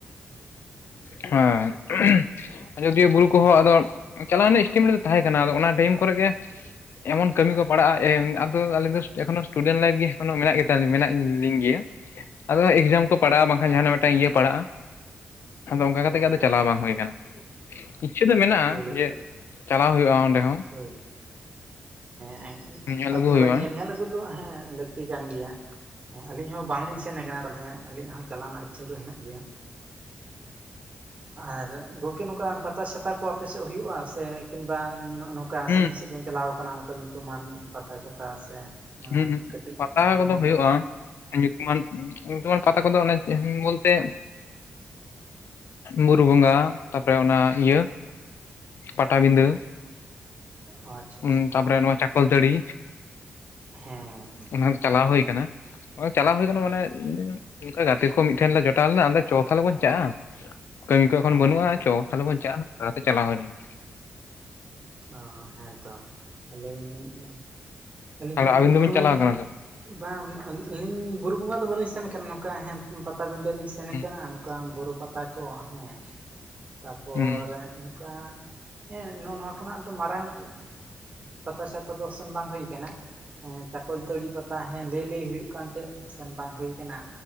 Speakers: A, on the left; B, on the right.
A: <unintelligible> ᱦᱮᱸ᱾ ᱟᱡᱚᱫᱤᱭᱟᱹ ᱵᱩᱨᱩ ᱠᱚᱦᱚᱸ ᱟᱫᱚ ᱪᱟᱞᱟᱣ ᱨᱮᱱᱟᱜ ᱥᱴᱤᱮᱢᱮᱴ ᱫᱚ ᱛᱟᱦᱮᱸ ᱠᱟᱱᱟ ᱟᱫᱚ ᱚᱱᱟ ᱴᱟᱭᱤᱢ ᱠᱚᱨᱮ ᱜᱮ ᱮᱢᱚᱱ ᱠᱟᱹᱢᱤ ᱠᱚ ᱯᱟᱲᱟᱜ-ᱟ ᱮ ᱟᱫᱚ ᱟᱞᱤᱧ ᱫᱚ ᱮᱠᱷᱚᱱᱳ ᱥᱴᱩᱰᱮᱱᱴ ᱞᱟᱭᱤᱯᱷ ᱜᱮ ᱮᱠᱷᱚᱱᱳ ᱢᱮᱱᱟᱜ ᱜᱮ ᱛᱟᱞᱤ, ᱢᱮᱱᱟᱜ ᱞᱤᱧ ᱜᱮᱭᱟ᱾ ᱟᱫᱚ ᱮᱠᱡᱟᱢ ᱠᱚ ᱯᱟᱲᱟᱜ-ᱟ ᱵᱟᱝᱠᱷᱟᱱ
B: ᱚ
A: ᱡᱟᱸᱦᱟᱱᱟᱜ
B: ᱟᱪᱪᱷᱟ
A: ᱢᱤᱫᱴᱟᱝ
B: ᱟᱪᱪᱷᱟ
A: ᱤᱭᱟᱹ ᱯᱟᱲᱟᱜ-ᱟ ᱟᱫᱚ ᱚᱝᱠᱟ ᱠᱟᱛᱮᱜ
B: ᱦᱮᱸ
A: ᱜᱮ ᱟᱫᱚ ᱪᱟᱞᱟᱣ ᱵᱟᱝ ᱦᱩᱭ ᱠᱟᱱᱟ᱾ ᱤᱪᱪᱷᱟᱹ ᱫᱚ ᱢᱮᱱᱟᱜ-ᱟ
B: ᱦᱳᱭ
A: ᱡᱮ ᱪᱟᱞᱟᱣ ᱦᱩᱭᱩᱜ-ᱟ ᱚᱸᱰᱮ ᱦᱚᱸ᱾
B: ᱦᱳᱭ ᱦᱮᱸ
A: ᱧᱮᱞ
B: ᱛᱟᱯᱚᱨᱮ
A: ᱟᱹᱜᱩ ᱦᱩᱭᱩᱜᱼᱟ
B: ᱧᱮ ᱧᱮᱞ ᱟᱹᱜᱩ ᱫᱚ ᱦᱮᱸ ᱞᱟᱹᱠᱛᱤ ᱠᱟᱱ ᱜᱮᱭᱟ᱾ ᱦᱮᱸ ᱟᱹᱞᱤᱧ ᱦᱚᱸ ᱵᱟᱝᱞᱤᱧ ᱥᱮᱱ ᱠᱟᱱᱟ ᱛᱟᱞᱦᱮ ᱟᱹᱞᱤᱧᱟᱜ ᱦᱚᱸ ᱪᱟᱞᱟᱣ ᱨᱮᱱᱟᱜ ᱤᱪᱪᱷᱟᱹ ᱫᱚ ᱦᱮᱱᱟᱜ ᱜᱮᱭᱟ᱾ ᱟᱨ ᱜᱚᱝᱠᱮ ᱱᱚᱝᱠᱟ ᱯᱟᱛᱟ ᱪᱷᱟᱛᱟ ᱠᱚ ᱟᱯᱮ ᱥᱮᱫ ᱦᱩᱭᱩᱜ-ᱟ ᱥᱮ? ᱠᱤᱢᱵᱟ ᱱᱚᱜ-ᱚ ᱱᱚᱝᱠᱟ
A: ᱦᱩᱸ
B: ᱥᱟᱺᱜᱤᱧ ᱥᱮᱫ ᱵᱮᱱ ᱪᱟᱞᱟᱣ ᱠᱟᱱᱟ ᱱᱚᱝᱠᱟ ᱧᱩᱛᱩᱢᱟᱱ ᱯᱟᱛᱟ ᱪᱷᱟᱛᱟ ᱥᱮ
A: ᱦᱩᱸ
B: ᱠᱟᱹᱴᱤᱡ
A: ᱯᱟᱛᱟ
B: ᱦᱩᱰᱤᱧ
A: ᱠᱚᱫᱚ
B: ᱧᱚᱜ
A: ᱦᱩᱭᱩᱜᱼᱟ
B: ᱨᱮᱦᱚᱸ᱾
A: ᱧᱩᱛᱩᱢᱟᱱ, ᱡᱮᱢᱚᱱ ᱯᱟᱛᱟ ᱠᱚᱫᱚ ᱚᱱᱮ ᱵᱚᱞᱛᱮ ᱵᱩᱨᱩ ᱵᱚᱸᱜᱟ ᱛᱟᱯᱚᱨᱮ ᱚᱱᱟ ᱤᱭᱟᱹ ᱯᱟᱴᱟᱵᱤᱸᱫᱟᱹ᱾
B: ᱚ ᱟᱪᱪᱷᱟ ᱟᱪᱪᱷᱟ
A: ᱩᱸ ᱛᱟᱨᱯᱚᱨᱮ ᱱᱚᱣᱟ ᱪᱟᱠᱚᱞᱛᱟᱹᱲᱤ᱾
B: ᱦᱮᱸ ᱦᱮᱸ᱾
A: ᱚᱱᱟ ᱪᱟᱞᱟᱣ ᱦᱩᱭ ᱠᱟᱱᱟ, ᱪᱟᱞᱟᱣ ᱦᱩᱭ ᱟᱠᱟᱱᱟ ᱢᱟᱱᱮ ᱚᱱᱠᱟ ᱜᱟᱛᱮ ᱠᱚ ᱢᱤᱫᱴᱷᱮᱱ ᱞᱮ ᱡᱚᱴᱟᱣ ᱞᱮᱱᱟ ᱟᱫᱚ ᱪᱚ ᱛᱟᱦᱞᱮ ᱵᱚᱱ ᱪᱟᱜ-ᱟ᱾ ᱠᱟᱹᱢᱤ ᱠᱚ ᱮᱠᱷᱚᱱ
B: ᱦᱮᱸ
A: ᱵᱟᱹᱱᱩᱜᱼᱟ ᱪᱚ ᱛᱟᱦᱚᱞᱮ ᱵᱚᱱ ᱪᱟᱜᱼᱟ ᱚᱱᱠᱟ ᱛᱮ ᱪᱟᱞᱟᱣ ᱦᱩᱭ ᱞᱮᱱᱟ᱾
B: ᱚ ᱦᱮᱸᱛᱚ ᱟᱹᱞᱤᱧ ᱟᱹᱞᱤᱧ
A: ᱛᱟᱦᱚᱞᱮ
B: ᱦᱚᱸ
A: ᱟᱵᱤᱱ ᱫᱚᱵᱤᱱ
B: ᱵᱩᱨᱩ
A: ᱪᱟᱞᱟᱣ
B: ᱵᱚᱸᱜᱟ᱾
A: ᱠᱟᱱᱟ ᱥᱮ
B: ᱵᱟᱝ ᱟᱹᱞᱤᱧ ᱵᱩᱨᱩ ᱵᱚᱸᱜᱟ ᱫᱚ ᱵᱟᱹᱞᱤᱧ ᱥᱮᱱ ᱟᱠᱟᱱᱟ ᱱᱚᱝᱠᱟ ᱦᱮᱸ᱾ ᱯᱟᱴᱟᱵᱤᱸᱰᱟᱹ ᱞᱤᱧ ᱥᱮᱱ
A: ᱦᱩᱸ
B: ᱠᱟᱱᱟ ᱱᱚᱝᱠᱟ ᱵᱩᱨᱩ ᱯᱟᱛᱟ ᱠᱚ ᱦᱮᱸ᱾ ᱛᱟᱯᱚᱨ
A: ᱦᱩᱸ
B: ᱱᱚᱝᱠᱟ ᱦᱮᱸ ᱱᱚᱜᱼᱚ ᱱᱚᱣᱟ᱾ ᱠᱷᱚᱱᱟᱜ ᱟᱫᱚ ᱢᱟᱨᱟᱝ ᱯᱟᱛᱟ ᱪᱷᱟᱛᱟ ᱫᱚ ᱥᱮᱱ ᱵᱟᱝ ᱦᱩᱭ ᱟᱠᱟᱱᱟ᱾ ᱪᱟᱠᱚᱞ ᱛᱟᱹᱲᱤ ᱯᱟᱛᱟ ᱦᱮᱸ ᱞᱟᱹᱭ ᱞᱟᱹᱭ ᱦᱩᱭᱩᱜ ᱠᱟᱱ ᱛᱟᱦᱮᱸᱫ ᱥᱮᱱ ᱵᱟᱝ ᱦᱩᱭᱠᱟᱱᱟ᱾